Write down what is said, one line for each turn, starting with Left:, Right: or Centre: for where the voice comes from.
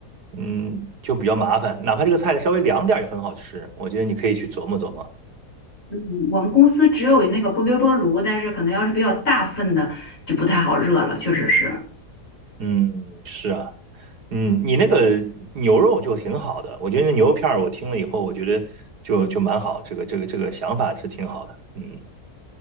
Right: 嗯，就比较麻烦。哪怕这个菜稍微凉点儿也很好吃，我觉得你可以去琢磨琢磨。
Left: 嗯我们公司只有那个微波炉，但是可能要是比较大份的就不太好热了，确实是。
Right: 嗯，是啊。嗯，你那个牛肉就挺好的，我觉得那牛肉片儿我听了以后，我觉得就就蛮好，这个这个这个想法是挺好的。嗯